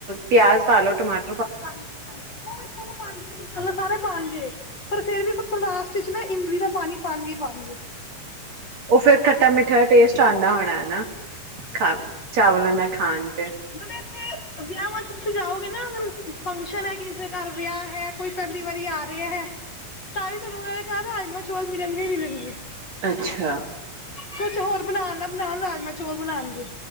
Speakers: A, on the right; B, on the left.
A: ਪਿਆਜ ਪਾਾਲ ਲੋੋ ਟਮਟਰ
B: ਹਾਂਜੀ ਹਾਂਜੀ ਉਹ ਇ ਪਾਦੇ ਮਸਲੈ ਸਾਰੇ ਪਾਣਗੇ ਪਰ ਫੇਰ ਵੀ ਲਾਸਟ ਚ ਨਾ ਇਮਲੀ ਦਾ ਪਾਣੀ ਪਾਉਣਗੇ ਪਾਉਣਗੇ
A: ਉਹ ਫੇਿਰ ਖੱਟਾ ਮਿੱਠਾ ਟੇਸਟ ਆਉਂਦਾ ਹੋਣਾ ਹਨਾ ਖਾ ਚਾਵਲਾਂ ਨਾ ਖਣ
B: ੇ ਇੱਥੇ ਵਿਆਹਾਂ ਚ ਤੁਸੀਂ ਜਾਓਗੇ ਨਾ ਅਗ ਫੰਕਸ਼ਨ ਹੈ ਕਿਸ ਦੇ ਘਰ ਵਿਆਹ ਹੈ ਕੋਈ ਪਹਿਲੀ ਵਾਰੀ ਆ ਰਿਹਾ ਹੈ ਤਾਂ ਵੀ ਤੁਹਾਨੂੰ ਉਹਨਾਂ ਦੇ ਘਰ ਰਾਜਮਾ ਚੌਲ ਮਿਲਣਗੇ ਮਿਲਣਗੇ।
A: ਅੱਛਾ,
B: ਕੁਛ ਹੋਰ ਬਨਾਣ ਨਾ ਬਨਾਣ, ਰਾਜਮਾਂ ਚੌਲ ਬਨਾਣਗੇ।